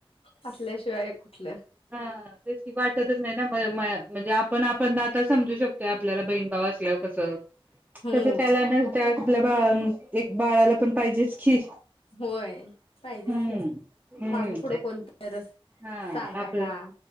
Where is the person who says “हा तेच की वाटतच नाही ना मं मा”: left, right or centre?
Right